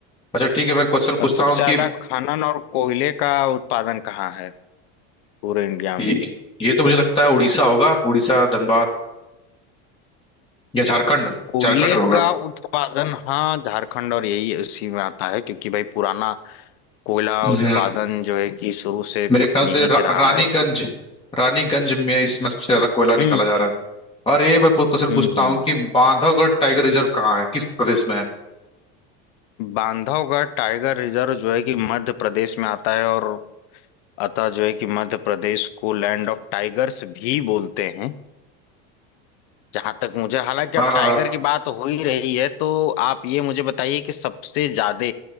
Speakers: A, on the left; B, on the left.
A: अच्छा ठीक है मैं क्वेश्चन पूछता
B: और सबसे
A: हूँ
B: ज्यादा
A: कि
B: खनन और कोयले का उत्पादन कहाँ है पूरे इंडिया में
A: ये, ये तो मुझे लगता है उड़ीसा होगा उड़ीसा धनबाद या झारखंड
B: कोयले
A: झारखंड में होगा
B: का उत्पादन हाँ झारखंड और यही उसी में आता है क्योंकि भाई पुराना कोयला
A: हम्म,
B: उत्पादन जो है कि शुरू से
A: मेरे ख्याल
B: यहीं
A: से रा,
B: से रहा
A: रानीगंज
B: है
A: रानीगंज में इसमें सबसे ज्यादा कोयला
B: हम्म
A: निकाला जा रहा है और ये मैं क्वेश्चन
B: हम्म
A: पूछता
B: हम्म
A: हूँ कि बांधवगढ़ टाइगर रिजर्व कहाँ है किस प्रदेश में है
B: बांधवगढ़ टाइगर रिजर्व जो है कि मध्य प्रदेश में आता है और अतः जो है कि मध्य प्रदेश को लैंड ऑफ टाइगर्स भी बोलते हैं जहां तक मुझे हालांकि
A: हाँ
B: अब टाइगर की बात हो ही रही है तो आप ये मुझे बताइए कि सबसे ज्यादा